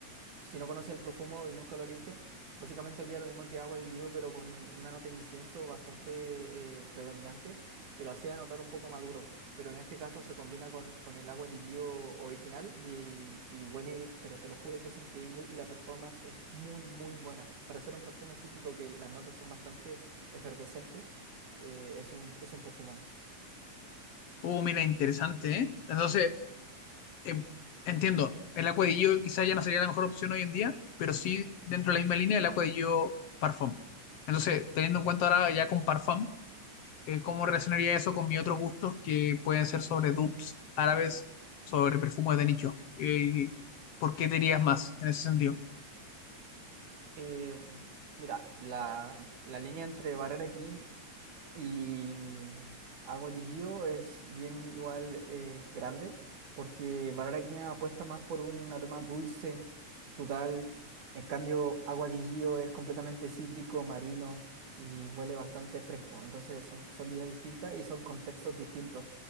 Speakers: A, on the right (about 80°); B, on the left (about 65°).
A: si no conoces el profumo y nunca lo oliste, básicamente olía lo mismo que agua de Gio, pero con una nota de incienso bastante eh, predominante que lo hacía notar un poco maduro. Pero en este caso se combina con, con el agua de Gio original y, y huele, pero te lo juro que es increíble y la performance es muy, muy buena. Para ser un perfume cítrico que las notas son bastante efervescentes, eh, es un, es un perfumón.
B: Oh, mira, interesante, ¿eh? Entonces, eh, entiendo, el acuadillo quizás ya no sería la mejor opción hoy en día, pero sí dentro de la misma línea el acuadillo Parfum. Entonces, teniendo en cuenta ahora ya con Parfum, eh, ¿cómo relacionaría eso con mis otros gustos que pueden ser sobre dupes árabes, sobre perfumes de nicho? Eh, ¿por qué te dirías más en ese sentido?
A: Eh, mira, la, la línea entre Barrera King Y Agua de Gio es bien igual eh, grande, porque Bararaquina apuesta más por un aroma dulce, frutal. En cambio, Agua de Gio es completamente cítrico, marino y huele bastante fresco. Entonces son, son líneas distintas y son contextos distintos.